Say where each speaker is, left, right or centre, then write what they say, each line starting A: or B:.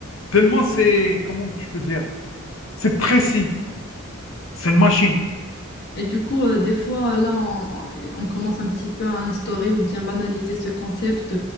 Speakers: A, on the left (about 65°); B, on the left (about 50°).
A: Tellement c'est, comment je peux dire, c'est précis. C'est une machine.
B: Et du coup, euh, des fois, là, on, on commence un petit peu à instaurer ou bien banaliser ce concept